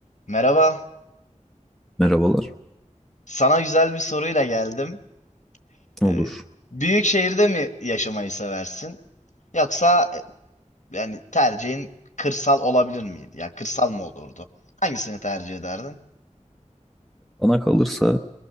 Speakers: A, on the left; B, in the centre.
A: Merhaba.
B: Merhabalar.
A: Sana güzel bir soruyla geldim.
B: Olur.
A: Ee, büyük şehirde mi yaşamayı seversin? Yoksa e, yani tercihin kırsal olabilir miydi? Ya kırsal mı olurdu? Hangisini tercih ederdin?
B: Bana kalırsa